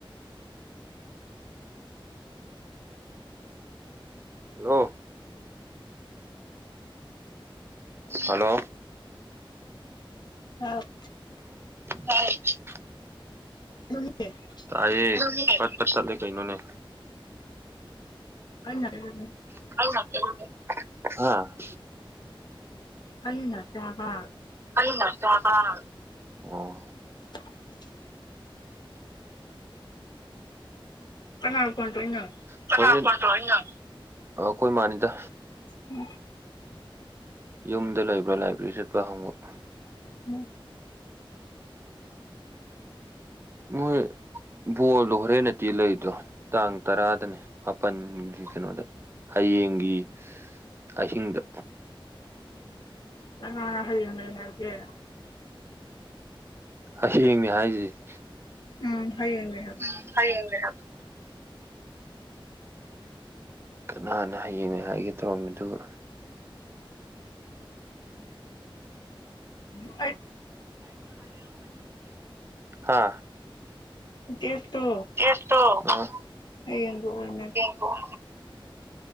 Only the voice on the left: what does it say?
<inaudible> <unintelligible>
<unintelligible>
ꯑꯩꯅ <unintelligible>
ꯑꯩꯅ ꯅꯥꯠꯇꯦ ꯍꯥꯏꯕ
<unintelligible> ꯀꯅꯥ ꯀꯣꯟ ꯇꯣꯏꯅꯣ
ꯎꯝ꯫
ꯎꯝ
ꯉꯅꯥ ꯍꯌꯦꯅ ꯍꯥꯏꯒꯦ
ꯎꯝ ꯍꯌꯦꯡꯅꯦ
ꯎꯝ
ꯗꯦꯠ ꯇꯣ
ꯍꯌꯦꯡꯒ ꯑꯣꯏꯔꯝꯃꯦ